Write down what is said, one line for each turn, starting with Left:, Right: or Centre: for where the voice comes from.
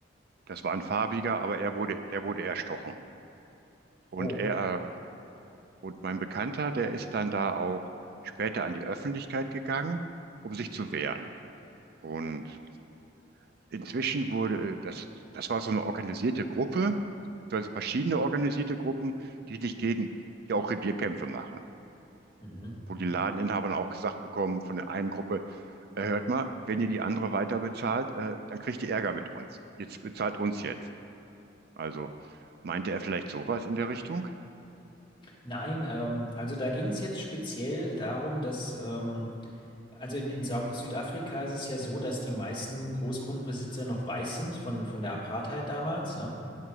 Right: Das war ein farbiger, aber er wurde, der wurde erstochen. Und
Left: Oh.
Right: er, äh, und mein Bekannter, der ist dann da auch später an die Öffentlichkeit gegangen, um sich zu wehren. Und inzwischen wurde, äh, das, das war so eine organisierte Gruppe, also verschiedene organisierte Gruppen, die sich gegen, die auch Revierkämpfe machen.
Left: Mhm.
Right: Wo die Ladeninhaber dann auch gesagt bekommen von der einen Gruppe, äh, hört mal, wenn ihr die andere weiter bezahlt, äh, dann kriegt ihr Ärger mit uns. Jetzt bezahlt uns jetzt. Also meinte er vielleicht sowas in der Richtung?
Left: Nein, ähm, also da ging es jetzt speziell darum, dass ähm, Also in, in Sau Südafrika ist es ja so, dass die meisten Großgrundbesitzer noch weiß sind von, von der Apartheid damals, ne?